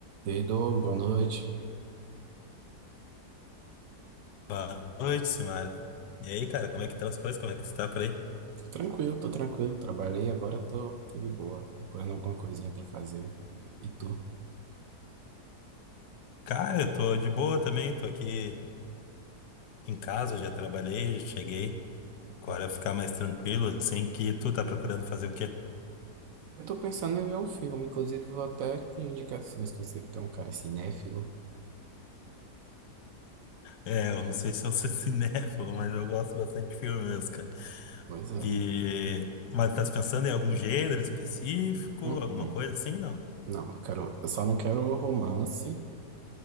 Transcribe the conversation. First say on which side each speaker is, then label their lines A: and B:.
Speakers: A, on the right; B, on the left.
A: E aí, Doug, boa noite.
B: Boa noite, Simara. E aí, cara, como é que estão as coisas? Como é que você tá por aí?
A: Tô tranquilo, tô tranquilo. Trabalhei, agora tô, tô de boa, procurando alguma coisinha pra fazer. E tu?
B: Cara, eu tô de boa também, tô aqui em casa, já trabalhei, já cheguei. Agora
A: Hum.
B: é ficar mais tranquilo, assim, que tu tá procurando fazer o quê?
A: Eu tô pensando em ver um filme, inclusive vou até te pedir indicações, que eu sei que tu é um cara cinéfilo.
B: É, eu não sei se eu sou <laughs> cinéfilo, mas eu gosto bastante de filme mesmo, cara.
A: Pois é.
B: E... Mas tá se pensando em algum gênero específico,
A: Hum,
B: alguma
A: hum.
B: coisa assim, não?
A: Não, eu quero, eu só não quero romance,